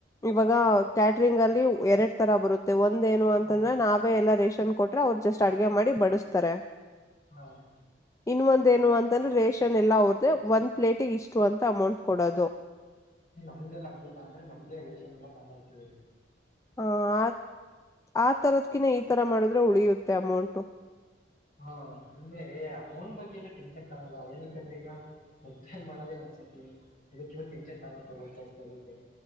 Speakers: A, on the left; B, on the left.
A: ಇವಾಗ ಕ್ಯಾಟರಿಂಗ್ ಅಲ್ಲಿ ಎರಡ್ ತರ ಬರುತ್ತೆ ಒ... <unintelligible> ಒಂದ ಏನು ಅಂತಂದ್ರೆ
B: ಹಾ
A: ನಾವೇ ಎಲ್ಲ... <inaudible> ಕೊಟ್ರೆ ಅವ್ರು ಜಸ್ಟ್ ಅಡ್ಗೆ ಮಾಡಿ ಬಡಿಸಸ್ತಾರೆ.. <unintelligible>
B: ಹಾ.. <inaudible>
A: ಇನ್ೊಂದ ಏನು ಅಂತಂದ್ರೆ ರೇಷನ್ ಎಲ್ಲಾ ಹದ್ದ ಒಂದ್ಲೇಟಿಗೆ ಇಷ್ಟು ಅಂತ ಅಮೌಂಟ್... <unintelligible> ಕೊಡದು.. <inaudible>
B: ನಮ್ದಲ್ಲ ಹಂಗಿಲ್ಲ ಅಂದ್ರೆ ನಮ್ದೇ ರೇಷನ್ ಎಲ್ಲ ಕಾಣಾಡ್ತೀವಿ.. <unintelligible>
A: ಹ ಆ ಆ ತರದಕಿನ ಈ ತರ.. <inaudible> ಮಾಡಿದ್ರೆ ಉಳಿಯುತ್ತೆ ಅಮೌಂಟು.. <inaudible>
B: ಹಾ ಅಂದ್ರೆ ಅಮೌಂಟ್ ಬಗ್ಗೆ ಎಲ್ಲ ತಿನ್ಸ ತಾಣಲ್ಲ ಏನಕಂದ್ರೆ ಈಗ ಮುದ್ದೆ ಮಾಡದೇ ಒಂದ್ಸತಿ... <unintelligible> ಇದಕ್ಕೆ ಟನ್ ತ ಜಾಸ್ತಿ. <inaudible> <unintelligible>